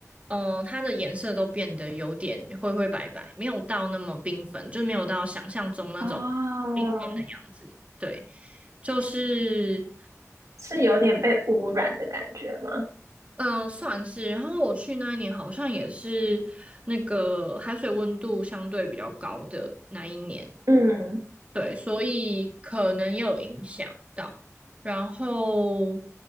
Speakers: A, on the right (about 25°); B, on the right (about 70°).
A: 呃，它的颜色都变得有点灰灰白白，没有到那么缤纷，就没有到想象中那种
B: 哦，
A: 缤纷的样子。对，就是
B: 是有点被污染的感觉吗？
A: 嗯、呃算是。然后我去那一年好像也是那个海水温度相对比较高的那一年。
B: 嗯
A: 对，所以可能也有影响到。然后，